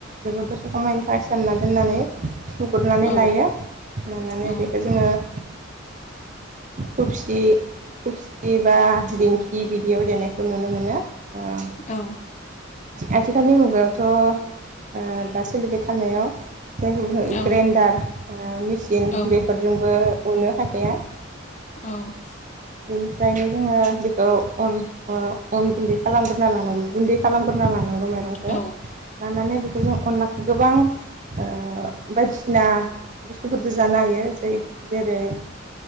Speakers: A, on the right; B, on the left.
A: बेखौ दसे समनि थाखाय सोमना दोननानै सुगुरनानै
B: औ
A: लायो सुनानै
B: औ
A: बे अ थबसि -थफसि बा दिंखि बिदियाव देनायखौ नुनो मोनो अ
B: औ।
A: आथिखालनि मुगायावथ' दा सोलिबाय थानायाव जाय
B: औ
A: ग्रेन्डार मेचिन
B: औ
A: बे फोरफोरजोंबो उननो हाखाया
B: औ।
A: बेनिफ्रायनो जोङो बेखौ अन -अन गुन्दै खालामग्रोना लानांगौ गुन्दै खालामग्रोना लानांगौ मायरंखौ
B: औ
A: लानानै बेखौ जों अनला गोबां अ बायदिसिना बुस्थुफोरजों जानो हायो। दै जेरै